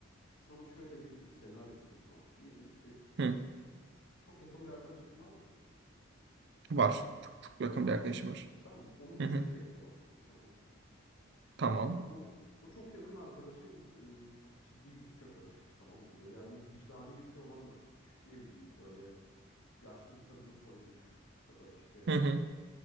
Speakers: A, on the left (about 80°); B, on the right (about 55°).
A: sana şöyle bir senaryo sunsam. Diyelim ki
B: Hı,
A: s- çok yakın bir arkadaşın var mı?
B: var. Çok yakın
A: Var
B: bir arkadaşım
A: mı?
B: var.
A: Tamam, onu düşünerek
B: Hı hı,
A: cevapla bunu, tamam mı?
B: tamam.
A: Çok o o çok yakın arkadaşın e, çok ciddi bir suça karışmış, tamam mı? Böyle hani vicdani yükü olan da bir suç. Ne bileyim böyle yaşlı bir kadını soymuş ya da işte
B: Hı hı.